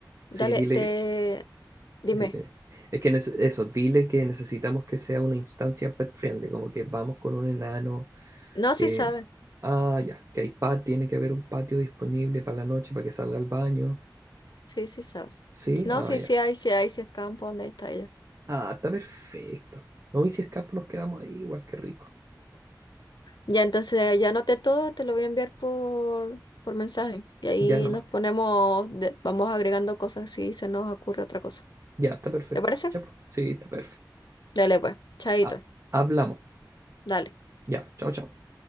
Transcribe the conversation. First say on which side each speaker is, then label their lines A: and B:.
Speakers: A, on the right (about 40°); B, on the left (about 80°).
A: Sí,
B: dale,
A: dile,
B: te, dime.
A: Dile. Es que nece- eso, dile que necesitamos que sea una instancia pet friendly, como que vamos con un enano,
B: No,
A: que,
B: sí sabe,
A: ah, ya, que hay patio, tiene que haber un patio disponible para la noche para que salga al baño.
B: sí, sí sabe.
A: Sí,
B: No,
A: ah,
B: sí,
A: ya.
B: sí hay, sí hay, sí es campo, ¿dónde está ella?
A: Ah, está perfecto. No, y si escapo nos quedamos ahí, igual que rico.
B: Ya, entonces ya anoté todo, te lo voy a enviar por, por mensaje y ahí
A: Ya nomás.
B: nos ponemos, de- vamos agregando cosas si se nos ocurre otra cosa.
A: Ya, está perfecto.
B: ¿Te parece?
A: Ya, pues. Sí, está perfecto.
B: Dale pues, chaito,
A: Ah, hablamos.
B: dale.
A: Ya, chao, chao.